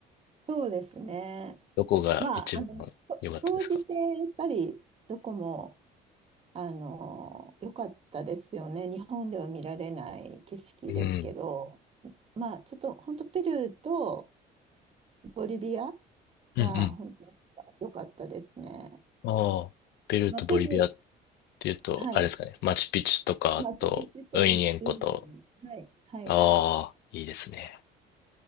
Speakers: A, on the right; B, on the left.
A: そうですね。
B: どこが一番良かったですか
A: まあ、あの、そ総じて、やっぱり、どこも、あの、良かったですよね。日本では見られない景色ですけど。
B: うん。
A: まあ、ちょっと本当ペルーとボリビア
B: うん
A: は本当に良かったですね。
B: うん。ああ、ペルーとボリビア
A: まあ、ペルー、
B: ていうと、
A: はい。
B: あれですかね、マチュピチュとか、
A: マチュピチュとウイウイニョンはい。
B: あと、ウィニエンコと、
A: はい。
B: ああ、いいですね。